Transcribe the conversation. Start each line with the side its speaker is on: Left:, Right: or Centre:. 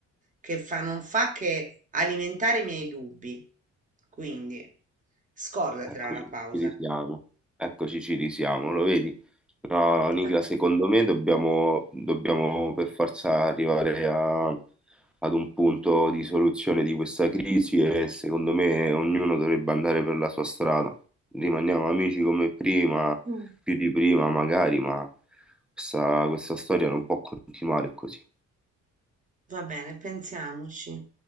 Right: che fa, non fa che alimentare i miei dubbi. Quindi, scordatela
Centre: eccoci,
Right: la pausa.
Centre: ci risiamo, eccoci, ci risiamo, lo vedi? No, Nicla,
Right: Eh,
Centre: secondo me dobbiamo, dobbiamo per forza arrivare a- ad un punto di soluzione di questa crisi e secondo me ognuno dovrebbe andare per la sua strada. Rimaniamo amici come prima,
Right: mm,
Centre: più di prima magari, ma questa questa storia non può continuare così.
Right: Va bene, pensiamoci.